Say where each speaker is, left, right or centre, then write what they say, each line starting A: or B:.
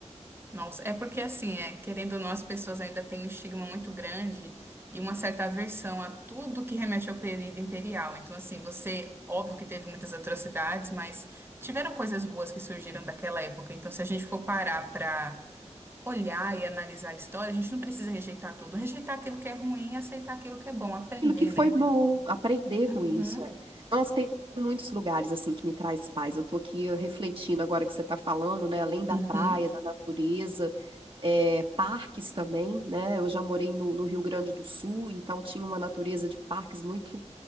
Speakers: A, on the right; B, on the right.
A: Nossa, é porque assim, é, querendo ou não, as pessoas ainda têm um estigma muito grande e uma certa aversão a tudo que remete ao período imperial. Então, assim, você, óbvio que teve muitas atrocidades, mas tiveram coisas boas que surgiram daquela época. Então, se a gente for parar pra olhar e analisar a história, a gente não precisa rejeitar tudo, rejeitar aquilo que é ruim e aceitar aquilo que é bom, aprender,
B: aquilo que foi
A: né?
B: bom, aprender
A: Uhum,
B: com isso. É. Nossa, tem muitos lugares assim que me traz paz. Eu tô aqui eh, refletindo agora que você está falando, né? Além da
A: uhum,
B: praia, da natureza, é, parques também, né? Eu já morei no, no Rio Grande do Sul, então tinha uma natureza de parques muito